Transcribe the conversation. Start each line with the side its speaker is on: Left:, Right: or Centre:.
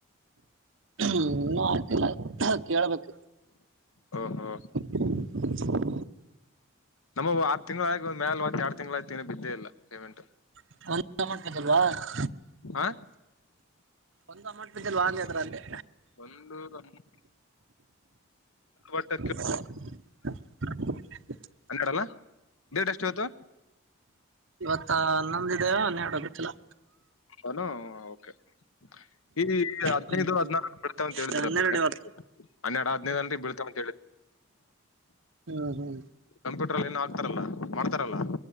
Right: ಹ್ಮ ಇನ್ನ ಹಾಕಿಲ್ಲಾ ಕೇಳ್ಬಕ್.
Left: ಹಾ ಹಾ.
Right: <inaudible>
Left: ನಮ್ಮೂವ ಆರ್ ತಿಂಗಳ ಆಗಿ ಮ್ಯಾಲ ಒಂದ್ ಯಾಡ್ ತಿಂಗಳ ಐತ್ ಇನ್ನ್ ಬಿದ್ದೆ ಇಲ್ಲಾ ಪೇಮೆಂಟ್.
Right: <unintelligible>
Left: ಹಾ.
Right: ಒಂದು ಅಮೌಂಟ್ ಬಂದಿಲ್ವಾ ಅದ್ರಲ್ಲಿ.
Left: ಒಂದುೂ <unintelligible> ಟ್ಟಕ್ಕೆ <inaudible>
Right: <inaudible>
Left: ಹನ್ನೇರಡಲ್ಲ ಡೇಟ್ ಎಷ್ಟು ಇವತ್ತು.
Right: ಇವತ್ತ ಹನ್ನೊದಿದೆೇ ಹನ್ನೆರೆಡಗೊತ್ತಿಲ್ಲಾ.
Left: ಅನುಓಕೆ ಈ ಹದಿನೈದು
Right: ಹ್ಮ್
Left: ಹದ್ನಾಲಕ್ಕು ಬರ್ತಾವ ಅಂತ ಹೇಳಿದ್ರ
Right: ಹನ್ನೆರಡು
Left: <unintelligible>
Right: ಇವತ್ತು
Left: ಹನ್ನೆರಡು ಹದ್ನೈದಂದಿ ಬೀಳ್ತಾವಂತ ಹೇಳಿದ
Right: ಹ್ಮ, ಹ್ಮ್
Left: ಕಂಪ್ಯೂಟರ್ನಲ್ಲಿ ಏನೂ ಹಾಕ್ತಾರಲ್ಲ ಮಾಡ್ತಾರಲ್ಲ